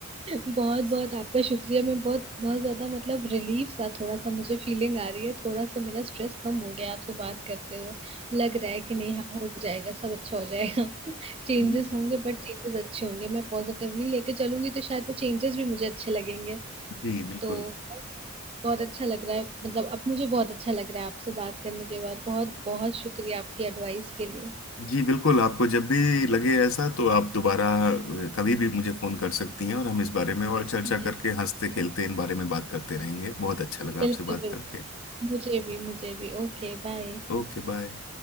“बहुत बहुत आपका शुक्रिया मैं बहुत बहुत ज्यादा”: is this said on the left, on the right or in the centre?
Right